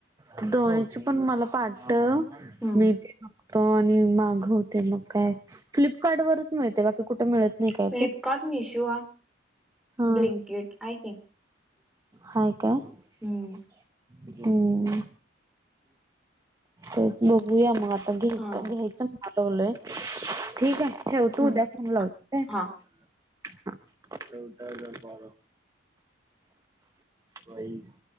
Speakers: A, on the right; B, in the centre.
A: तर दोन्हीची पण मला पाटव
B: हम्म.
A: मी आणि मागवते मग काय फ्लिपकार्ट वरच मिळते ते कुठे मिळत नाही काय
B: फ्लिपकार्ट
A: ते
B: मिशो
A: हा
B: ब्लिंकिट आहे की
A: हाय काय य
B: हम्म
A: हम्म बघूया आपण पडल
B: हा
A: ते रोजच लमालवलय ठीक आहे ठेव तू
B: हम्म.
A: उद्या फोन लावतो काय
B: हा
A: चौदा हजार बावण बाईस